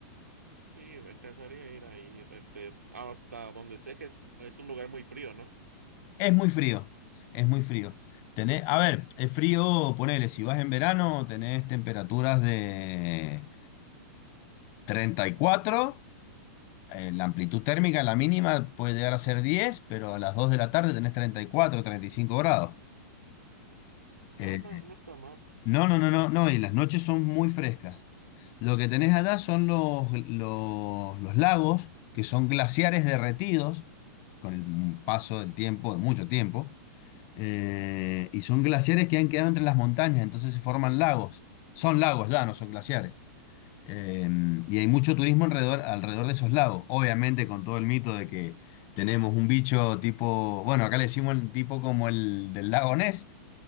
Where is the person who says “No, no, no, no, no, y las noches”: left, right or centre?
Left